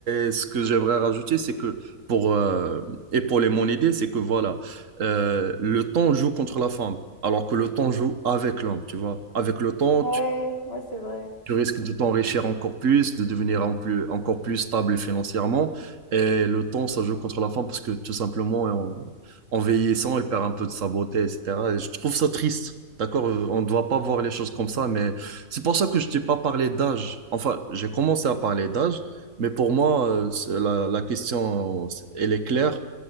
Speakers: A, on the right; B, on the left.
A: et ce que j'aimerais rajouter, c'est que pour euh, épauler mon idée, c'est que voilà, euh, le temps joue contre la femme, alors que le temps joue avec l'homme, tu vois. Avec le temps,
B: Ouais,
A: tu,
B: ouais, c'est vrai.
A: tu risques
B: Mmh.
A: de t'enrichir encore plus, de devenir en plus, encore plus stable financièrement. Et le temps, ça joue contre la femme parce que tout simplement, en, en vieillissant, elle perd un peu de sa beauté, etc. Et je trouve ça triste. D'accord, Euh, on ne doit pas voir les choses comme ça, mais c'est pour ça que je t'ai pas parlé d'âge. Enfin, j'ai commencé à parler d'âge, mais pour moi, euh, c'est- la, la question, euh, c'est- elle est claire.